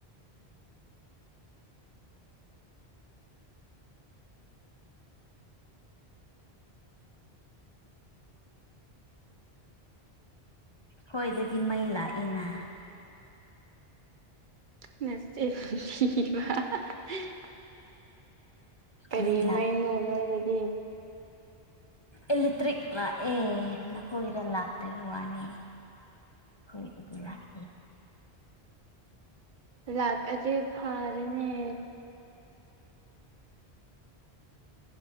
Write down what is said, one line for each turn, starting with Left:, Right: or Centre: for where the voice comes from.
Left: ꯈꯣꯏꯗꯗꯤ ꯃꯩ ꯂꯥꯛꯑꯦꯅ
Right: <unintelligible> ꯀꯔꯤ
Left: ꯃꯩ ꯂꯥꯛ
Right: ꯃꯩꯅꯣ ꯅꯣꯏꯗꯗꯤ
Left: ꯏꯂꯦꯛꯇ꯭ꯔꯤꯛ ꯂꯥꯛꯑꯦ ꯅꯈꯣꯏꯗ ꯂꯥꯛꯇꯕꯩ ꯋꯥꯅꯤ ꯑꯈꯣꯏꯒꯤꯗꯤ ꯂꯥꯛꯑꯦ
Right: ꯂꯥꯛꯑꯗꯤ ꯐꯔꯅꯦ